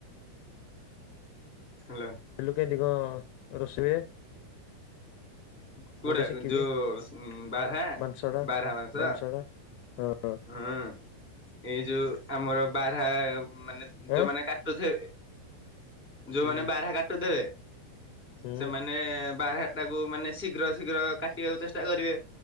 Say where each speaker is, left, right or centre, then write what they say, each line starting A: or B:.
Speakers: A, in the centre; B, on the left.
A: ହାଲୋ।
B: କଲୁକି ଏଦିଗ ରୋଷେଇ।
A: କୁକୁଡ଼ା
B: ମୁଁ ଟିକେ ଶିଖିବି
A: ଯୋଉ ବାରାହା
B: ମାଂସଟା
A: ବାରାହା ମାଂସ।
B: ମାଂସଟା ହଁ।
A: ହୁଁ ଏଇ ଯୋଉ ଆମର ବାରାହା ମାନେ ଯୋଉମାନେ
B: ଆଁ
A: କାଟୁଥୁବେ। ଯୋଉମାନେ
B: ହୁଁ
A: ବାରାହା କାଟୁ ଥୁବେ।
B: ହୁଁ
A: ସେମାନେ ବାରାହା ଟାକୁ ମାନେ ଶୀଘ୍ର ଶୀଘ୍ର କାଟିବାକୁ ଚେଷ୍ଟା କରିବେ।